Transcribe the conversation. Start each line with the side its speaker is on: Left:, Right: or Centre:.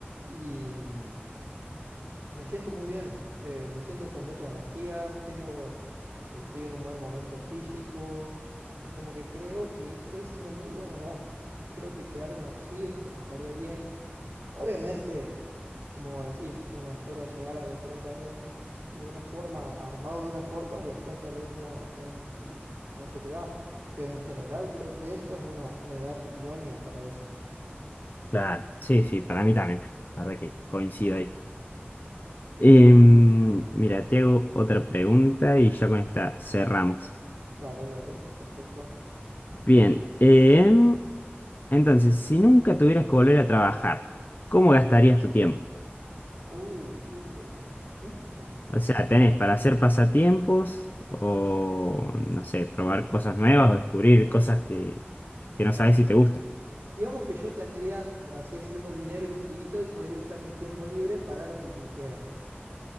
Right: y... mm, Me siento muy bien, eh, me siento con muchas energías, tengo, estoy en un buen momento físico. Es como que creo que esta es una muy buena edad. Creo que quedarme así esta- estaría bien. Obviamente, como decís, uno espera llegar a los 30 años c- de una forma, armado de una forma, y después tal vez no, no es, no se te da. Pero en general creo que esta es una, una edad idónea para eso.
Left: Claro, sí, sí, para mí también. La verdad que coincido ahí.
Right: Eh,
Left: Em, mira, te hago otra pregunta y ya con esta cerramos.
Right: dale, dale, perfecto.
Left: Bien, em, entonces, si nunca tuvieras que volver a trabajar, ¿cómo gastarías tu tiempo?
Right: Uy, qué buena pregunta.
Left: O sea, ¿tenés para hacer pasatiempos o, no sé, probar cosas nuevas o descubrir cosas que, que no
Right: Claro.
Left: sabes si te gustan?
Right: Digamos que yo tendría, por así decirlo, dinero infinito y podría usar mi tiempo libre para lo que quisiera.